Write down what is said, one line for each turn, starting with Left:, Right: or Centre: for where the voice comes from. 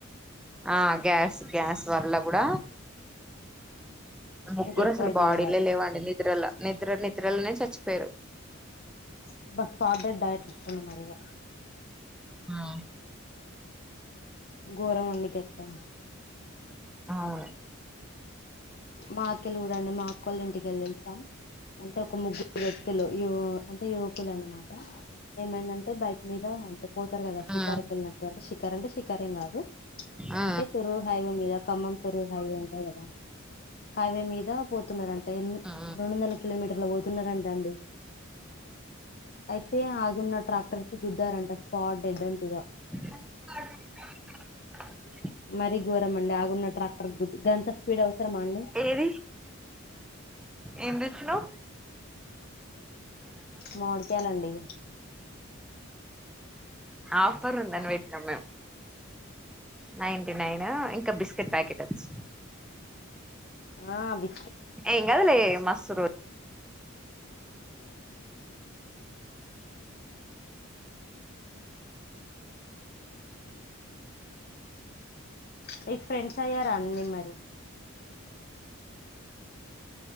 Centre: ఆ గ్యాస్ గ్యాస్ వల్ల గూడ ముగ్గురసలు
Left: ఇంక ఎక్కువ అయితది
Centre: బాడీలే
Left: ఇగ అది
Centre: లేవండి నిద్రల నిద్ర నిద్రల్నే చచ్చిపోయిర్రు
Left: అబ్బా స్పాట్ డెడ్ డైట్ల్ చేసును మరిగ
Centre: ఉమ్
Left: గోరం అండి గట్లా
Centre: అవును
Left: మాకెలూరండి మా అక్కొళ్ళింటికెల్లా తెల్సా అంటే ఒక ముగ్గురు వ్యక్తులు యువ అంటే యువకులు అన్నమాట ఏమైందంటే బైక్ మీద అంటే పోతారు కదా షికార్కి
Centre: ఆ
Left: వెళ్ళినట్టు అంటే షికార్ అంటే షికార్ ఏం కాదు
Centre: ఆ
Left: అంటే తూరూర్ హైవే మీద ఖమ్మం తూరూర్ హైవే అంటారు కదా హైవే మీద పోతున్నార అ
Centre: ఆ ఆ
Left: రెండొందల కిలోమీటర్లు పోతున్నారంట అండి అయితే ఆగున్న ట్రాక్టర్ కి గుద్దారంట స్పాట్ డెడ్ అంట ఇగ
Centre: <inaudible>
Left: మరీ ఘోరంమండి ఆగున్న ట్రాక్టర్ గుడ్డేంత స్పీడ్ అవసరమా అండి
Centre: ఏది ఏం తెచ్చినావ్
Left: మామిడికాయలండి
Centre: ఆఫర్ ఉందని పెట్టినాము మేం నైన్ అయినా ఇంక బిస్కెట్ ప్యాకెట్ వచ్చింది
Left: ఆ బి
Centre: ఎంకాదులే మస్తూరు <inaudible> అంది <inaudible>
Left: మీకు ఫ్రెండ్స్ అయ్యారా అండి మరి
Centre: అ